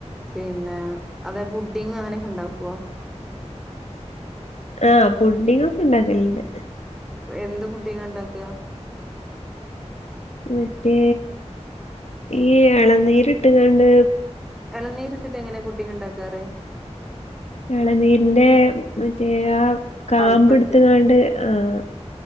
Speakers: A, in the centre; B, on the left.
A: പിന്നെ അതെ പുഡിങ് അങ്ങനെയൊക്കെ ഇണ്ടാക്കുവോ
B: ആഹ് പുഡിങ്ങ് ഒക്കെ ഇണ്ടാക്കലുണ്ട്
A: എന്ത് പുഡ്ഡിംങാ ഇണ്ടാക്കുക
B: മറ്റേ ഈ ഇളനീര് ഇട്ട്ങ്ങാണ്ട്
A: എളനീര് ഇട്ടിട്ട് എങ്ങനെ പുഡ്ഡിംഗ് ഉണ്ടാക്കാറ്
B: എളനീരിന്റെ മറ്റേ ആ കാമ്പ്
A: പൾപ്പെടുത്തിട്ട്
B: എടുത്തുംങ്ങാണ്ട് ആഹ്